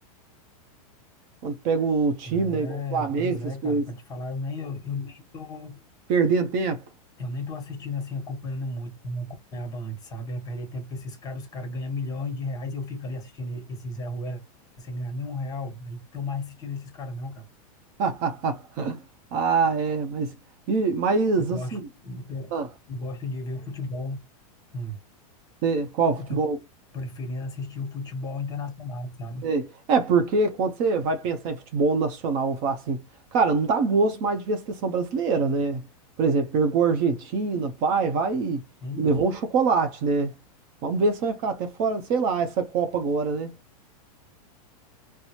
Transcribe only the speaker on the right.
Quando pega o time,
né? Igual o Flamengo,
essas
coisas.
Perdendo tempo.
<laughs> Ah, é. Mas, e, mas
assim, ah,
é, qual
futebol?
Sei. É, porque quando você vai pensar em futebol nacional, vamos falar assim, cara, não dá gosto mais de ver a seleção brasileira, né? Por exemplo, pegou a Argentina, vai, vai e,
e levou um chocolate, né? Vamos ver se vai ficar até fora, sei lá, essa Copa agora, né?